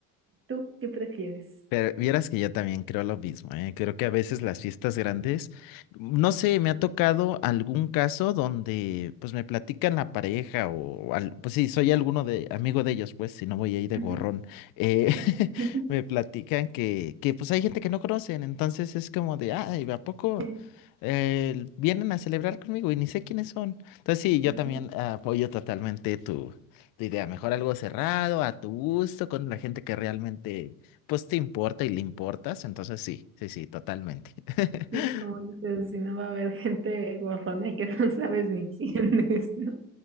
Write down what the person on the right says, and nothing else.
¿Tú qué prefieres?
Ujú,
ujú. <laughs>
Sí,
ujú.
Sí, como dices, si no va a haber gente guapona que <laughs> no sabes ni quién es, ¿no?